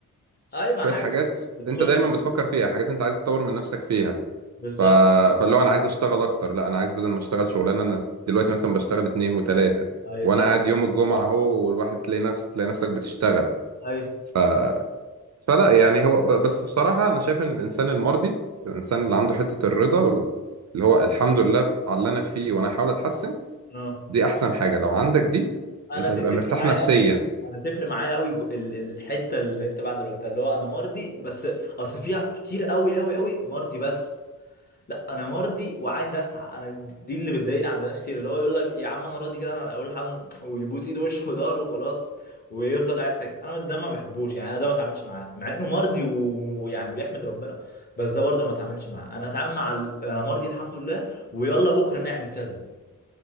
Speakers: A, on the left; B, on the right.
A: اي ما
B: شويه
A: حاجة
B: حاجات
A: بتبسطك
B: انت دايما بتفكر فيها حاجات انت عايز تطور من نفسك فيها
A: بالظبط
B: ف... فاللي هو انا عايز اشتغل اكتر لا انا عايز بدل ما اشتغل شغلانه انا دلوقتي مثلا بشتغل اتنين وتلاته
A: اي
B: وانا
A: صح
B: قاعد يوم الجمعه اهو والواحد تلاقي نفس تلاقي نفسك بتشتغل
A: ايوه
B: ف... فلا يعني هو ب... بس بصراحه انا شايف ان الانسان المرضي الانسان اللي عنده حته الرضا وال... اللي هو الحمد لله على اللي انا فيه وانا هحاول اتحسن
A: اه
B: دي احسن حاجه لو عندك دي
A: انا
B: انت
A: دي
B: هتبقى
A: تفرق
B: مرتاح
A: معايا
B: نفسيا
A: قوي انا تفرق معايا قوي جو- ال- الحته اللي انت بعد اللي قلتها اللي هو انا مرضي بس اصل فيها كتير قوي قوي قوي مرضي بس لا انا مرضي وعايز اسعى انا د- دي اللي بتضايقني عند ناس كتير اللي هو يقول لك يا عم انا راضي كده انا اقول الحمد ويبوس ايده وشه وضهره وخلاص ويفضل قاعد ساكت انا ده ما بحبوش يعني انا ده ما اتعاملش معاه مع انه مرضي و- ويعني بيحمد ربنا بس ده برضه ما اتعاملش معاه انا اتعامل مع ال... انا مرضي الحمد لله ويلا بكره نعمل كذا